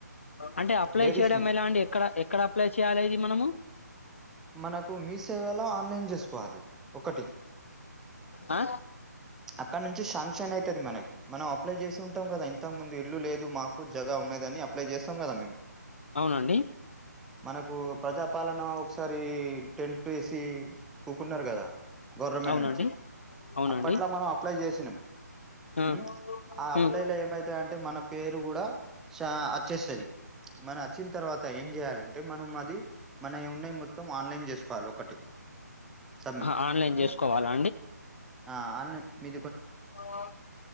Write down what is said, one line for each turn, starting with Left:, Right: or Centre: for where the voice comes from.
Left: అంటే అప్లై
Centre: లేడీస్
Left: చేయడం
Centre: మీద
Left: ఎలా అండి ఎక్కడ, ఎక్కడ అప్లై చేయాలి ఇది మనము.
Centre: మనకూ మీ సేవలో ఆన్లైన్ చేస్ కోవాలి. ఒకటి
Left: ఆ
Centre: అక్కడ నుంచి శాంక్షన్ అయితది మనకి. మనం అప్లై చేసి ఉంట్ టం గదా ఇంతక్ ముందు ఇల్లు లేదు మాక్ కు జగా ఉన్నాదని అప్లై చేస్తాం కదా మేము.
Left: అవునండి.
Centre: మనకూ ప్రజాపాలనా ఒకసారీ టెంట్లేసీ కూకున్నారు గదా. గవర్నమెంట్
Left: అవునండి
Centre: నుంచి
Left: అవునండి
Centre: అప్పట్ ఆ అప్లై చేసినం.
Left: ఆ
Centre: ఉమ్. ఆ అప్లైలో
Left: ఉమ్
Centre: ఏమైతయ్ అంటే మన పేరు గూడా చా అచ్చేస్తది. మన అచ్చిన్ తర్వాత ఏం చేయాలంటే మనం అది, మనయ్ ఉన్నయి మొత్తం ఆన్లైన్ చేసుకోవాలి ఒకటి సబ్మిట్
Left: ఆహా ఆన్లైన్ చేసుకోవాలా
Centre: ఉమ్ ఆ మీ
Left: ఆ